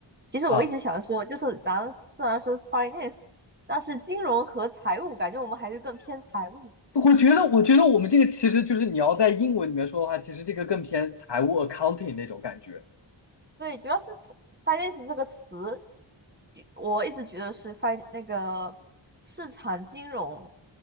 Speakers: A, on the right; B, on the left.
A: 其实我一直想说，
B: 啊。
A: 就是咱虽然说是 finance，但是金融和财务，感觉我们还是更偏财务。
B: 我觉得，我觉得我们这个其实就是你要在英文里面说的话，其实这个更偏财务 accounting 那种感觉。
A: 对，主要是词 finance 这个词，我一直觉得是 fin 那个市场金融，